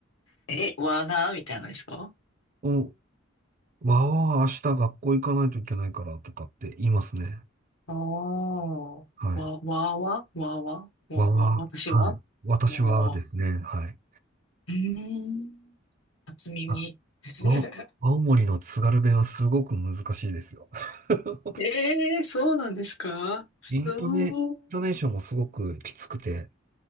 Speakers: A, on the left (about 80°); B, on the right (about 40°).
A: え、わなみたいなのですか
B: お、わーは明日学校行かないといけないからとかって言いますね。
A: ああー、
B: はい。
A: わ、わわわわわわ、
B: わ
A: 私はわわ。
B: ーはい。私はですね、はい。
A: うーん、初耳。
B: あ
A: <laughs>
B: あ青森の津軽弁はすごく難しいですよ。<laughs>
A: ええそうなんですかそう。
B: イントネ、イントネーションもすごくきつくて、